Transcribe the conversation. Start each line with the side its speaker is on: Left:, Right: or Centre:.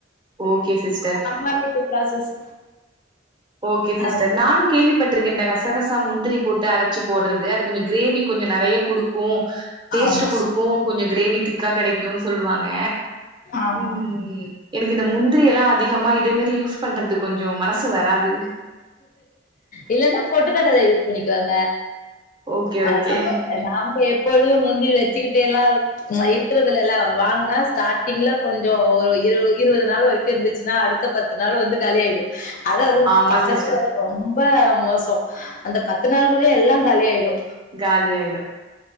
Right: ஓகே சிஸ்டர்
Left: அம்மா வீட்டு ப்ராசஸ்
Right: ஓகே சிஸ்டர்
Left: அ
Right: நானு கேள்வி பட்ருக்கே இந்த கசகசா முந்திரி போட்டு அரச்சு போடுறது அது கொஞ்சொ கிரேவி கொஞ்சொ நெறைய குடுக்கு டேஸ்ட்டு
Left: ஆமா
Right: குடுக்கு கொஞ்சொ கிரேவி திக்கா கெடைக்குன் சொல்வாங்க
Left: ஆமா
Right: ம் எனக்கு இந்த முந்திரி எல்லா அதிகமா இதே மாரி யூஸ் பண்றது கொஞ்சொ மனசு வர ராது
Left: இல்லன்னா பொட்டுக்கடல யூஸ் பண்ணிக்கோங்க
Right: ஓகே
Left: அ
Right: ஓகே
Left: நம்ப நாம்ப எப்பொழுதும முந்திரி வச்சுக்கிட்டேலா இருக் அ இருக்கறது இல்லல வாங்கனா ஸ்டார்ட்டிங்ல கொஞ்சோ ஒரு இரு இருவது நாள் வரைக்கு இருந்துச்சுன்னா அடுத்த பத் து நாளு வந்து காலியாயிரு அதா அதுவு அது
Right: ஆமா
Left: பசங்க
Right: சிஸ்டர்
Left: ரொம்ப மோசோ அந்த பத்து நாளுக்குள்ளேயே எல்லா காலி ஆயிரு
Right: காலி ஆயிடு